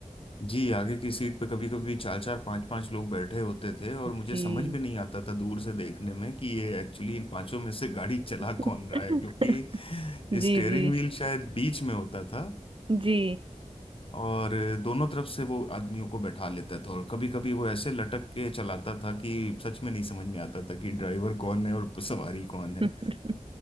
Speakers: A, on the left; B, on the right.
A: जी आगे की सीट पे कभी कभी चार चार पांच पांच लोग बैठे होते थे और मुझे
B: जी
A: समझ में नहीं आता था दूर से देखने में कि ये एक्चुअली इन पांचों में से गाड़ी चला
B: <laughs>
A: कौन रहा है क्योंकि
B: जी
A: स्टेयरिंग
B: जी
A: व्हील शायद बीच में होता था
B: जी
A: और दोनों तरफ से वो आदमियों को बैठा लेता था और कभी कभी वो ऐसे लटक के चलाता था कि सच में नहीं समझ में आता था कि ड्राइवर कौन है और सवारी कौन है
B: <laughs>